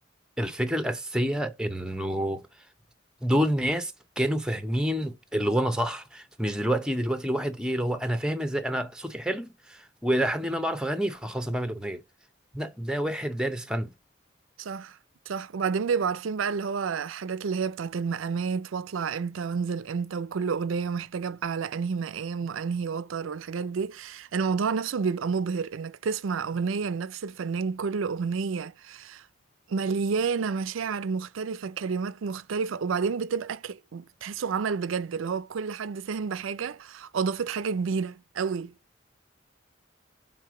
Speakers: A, in the centre; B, on the right.
A: الفكرة الأساسية إنه دول ناس كانوا فاهمين الغنى صح مش دلوقتي دلوقتي الواحد ايه اللي هو انا فاهم ازاي انا صوتي حلو والى حد ما بعرف اغني فخلاص انا بعمل اغنيه لا ده واحد دارس فن
B: صح صح وبعدين بيبقوا عارفين بقى اللي هو حاجات اللي هي بتاعت المقامات واطلع امتى وانزل امتى وكل اغنية محتاجة ابقى على انهي مقام وانهي وتر والحاجات دي الموضوع نفسه بيبقى مبهر انك تسمع اغنية لنفس الفنان كل اغنية مليانة مشاعر مختلفة كلمات مختلفة وبعدين بتبقى ك... تحسه عمل بجد اللي هو كل حد ساهم بحاجة اضافت حاجة كبيرة قوي